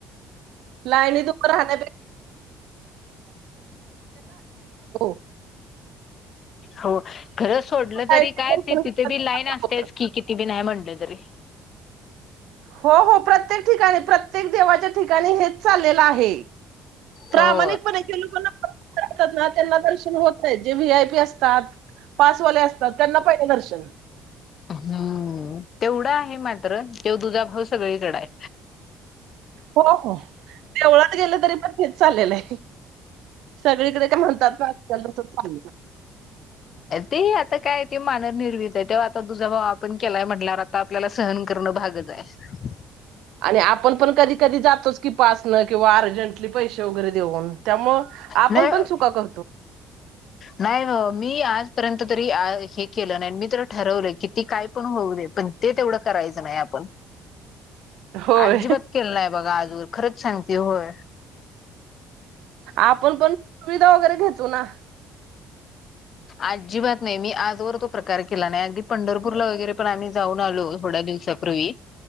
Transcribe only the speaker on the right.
लायणी तु राहण्यापेक्ष <unintelligible> <unintelligible>
लाईनीत
दर्शन
घेतात,
त्यांना
थांबवतात.
हो हो प्रत्येक ठिकाणी प्रत्येक देवाच्या ठिकाणी हेच चाललेलं आहे. प्रामाणिक
पणच्या लोकांना. त्यांना दर्शन होत नाही जे व्ही आय पी असतात पासवाले असतात. तर त्यांना पहिलं दर्शन.
हो हो तेवढं. गेलं तरी पण हेच चाललेलं आहे. <unintelligible>
आणि आपण पण कधी कधी जातोच की पासनं किंवा अर्जंटली पैसे वगैरे देऊन. त्यामुळ आपण
पण चुका करतो.
होय
आपण पण. सुविधा वगैरे घेतो ना.